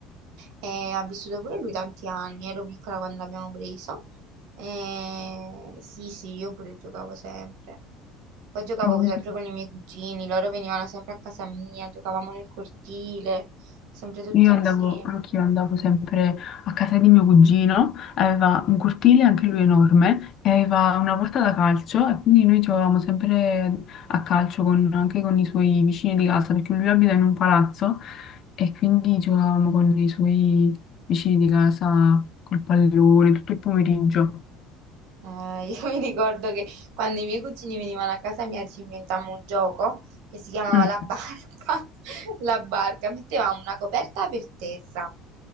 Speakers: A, on the right; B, on the left.
A: e ha vissuto pure lui tanti anni, ero piccola quando l'abbiamo preso. Eh, sì, sì, io pure giocavo sempre. Poi giocavo
B: <laughs>
A: sempre con i miei cugini, loro venivano sempre a casa mia, giocavamo nel cortile, sempre tutti
B: Io
A: insieme.
B: andavo, anch'io andavo sempre a casa di mio cugino, aveva un cortile anche lui enorme e aveva una porta da calcio e quindi noi giocavamo sempre a calcio con- anche con i suoi vicini di casa perché lui abita in un palazzo e quindi giocavamo con i suoi vicini di casa col pallone tutto il pomeriggio.
A: Ah, io <laughs> mi ricordo che quando i miei cugini venivano a casa mia ci inventammo un gioco che si chiamava
B: Mm,
A: la barca. <laughs> La barca, mettevamo una coperta per terra,